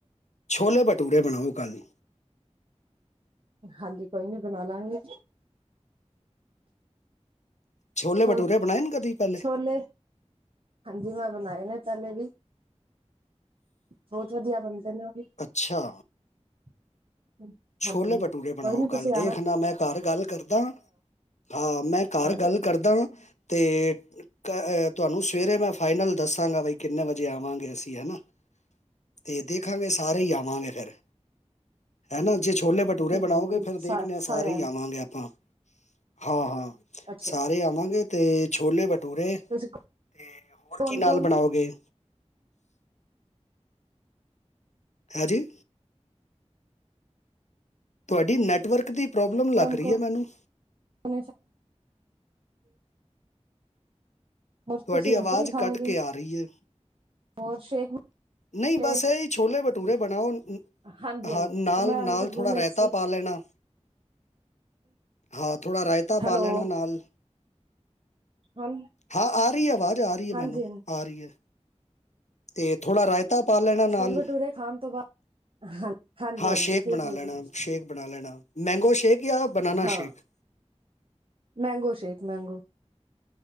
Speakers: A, on the left (about 80°); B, on the right (about 50°).
A: ਛੋਲੇ ਭਟੂਰੇ ਬਣਾਓ ਕੱਲ੍ਹ।
B: ਹਾਂਜੀ ਕੋਈ ਨੀ ਬਣਾ ਲਾਂਗੇ।
A: ਛੋਲੇ
B: ਛੋ
A: ਭਟੂਰੇ ਬਣਾਏ ਨੇ ਕਦੀ ਪਹਿਲੇ
B: ਛੋਲੇ ਹਾਂਜੀ ਮੈਂ ਬਣਾਏ ਨੇ ਪਹਿਲੇ ਵੀ ਬਹੁਤ ਵਧੀਆ ਬਣਦੇ ਨੇ ਉਹ ਵੀ
A: ਅੱਛਾ।
B: <inaudible>
A: ਛੋਲੇ ਭਟੂਰੇ
B: ਕੋਈ
A: ਬਣਾਓ
B: ਨੀ ਤੁਸੀਂ
A: ਕੱਲ ਦੇਖਣਾ
B: ਆਣਾ
A: ਮੈਂ ਘਰ ਗੱਲ ਕਰਦਾ ਹਾਂ ਮੈਂ
B: ਬਣਾਵਾਂਗੇ
A: ਘਰ ਗੱਲ ਕਰਦਾ ਤੇ ਅ ਤੁਹਾਨੂੰ ਸਵੇਰੇ ਮੈਂ ਫਾਈਨਲ ਦੱਸਾਂਗਾ ਬਈ ਕਿੰਨੇ ਵਜੇ ਆਵਾਂਗੇ ਅਸੀਂ ਹਨਾ। ਤੇ ਦੇਖਾਂਗੇ ਸਾਰੇ ਹੀ ਆਵਾਂਗੇ ਫਿਰ ਹੈ ਨਾ ਜੇ ਛੋਲੇ ਭਟੂਰੇ
B: ਠੀਕ
A: ਬਣਾਓਗੇ
B: ਹੈ ਠੀਕ
A: ਫਿਰ
B: ਹੈ
A: ਦੇਖਦੇਾ ਸਾਰੇ
B: ਆਣਾ
A: ਹੀ ਆਵਾਂਗੇ ਆਪਾਂ। ਹਾਂ ਹਾਂ
B: ਅੱਛਾ
A: ਸਾਰੇ ਆਵਾਂਗੇ। ਤੇ ਛੋਲੇ ਬਟੂਰੇ ਅਤੇ
B: ਤੁਸੀਂ ਕੌਣ
A: ਹੋਰ ਕੀ ਨਾਲ
B: ਕੌਣ
A: ਬਣਾਓਗੇ। ਹੈਂਜੀ। ਤੁਹਾਡੀ ਨੈੱਟਵਰਕ ਦੀ ਪ੍ਰੋਬਲਮ
B: ਕੌਣ
A: ਲੱਗ ਰਹੀ ਹੈ ਮੈਨੂੰ।
B: <inaudible> ਹੋਰ
A: ਤੁਹਾਡੀ
B: ਤੁਸੀਂ
A: ਆਵਾਜ਼
B: ਦੱਸੋ ਕੀ ਖਾਓਗੇ।
A: ਕੱਟ ਕੇ ਆ ਰਹੀ ਹੈ।
B: ਹੋਰ ਸ਼ੇਕ
A: ਨਹੀਂ
B: ਸ਼ੇਕ
A: ਬਸ ਇਹੀ ਛੋਲੇ ਭਟੂਰੇ ਬਣਾਓ
B: ਹਾਂਜੀ
A: ਹਾਂ
B: ਹਾਂਜੀ
A: ਨਾਲ
B: ਉਹ ਮੈਂ
A: ਨਾਲ
B: ਅੰਦਰ
A: ਥੋੜ੍ਹਾ
B: ਰੂਮ ਵਿੱਚ
A: ਰਾਏਤਾ
B: ਸੀ
A: ਪਾ ਲੈਣਾ ਹਾਂ ਥੋੜ੍ਹਾ ਰਾਇਤਾ ਪਾ
B: ਹੈਲੋ
A: ਲੈਣਾ ਨਾਲ।
B: ਹੁਣ
A: ਹਾਂ ਆ ਰਹੀ ਹੈ ਆਵਾਜ਼ ਆ ਰਹੀ ਹੈ
B: ਹਾਂਜੀ
A: ਮੈਨੂੰ
B: ਹਾਂਜੀ
A: ਆ ਰਹੀ ਹੈ ਤੇ ਥੋੜ੍ਹਾ ਰਾਇਤਾ ਪਾ ਲੈਣਾ ਨਾਲ
B: ਛੋਲੇ ਭਟੂਰੇ ਖਾਣ ਤੋਂ ਬਾਅਦ ਹਾਂ ਹਾਂਜੀ
A: ਹਾਂ
B: ਹਾਂਜੀ
A: ਸ਼ੇਕ
B: ਠੀਕ
A: ਬਣਾ
B: ਹੈ
A: ਲੈਣਾ,
B: ਜੀ
A: ਸ਼ੇਕ ਬਣਾ ਲੈਣਾ। ਮੈਂਗੋ ਸ਼ੇਕ ਜਾਂ ਬਨਾਨਾ
B: ਹਾਂ
A: ਸ਼ੇਕ।
B: Mango shake, mango.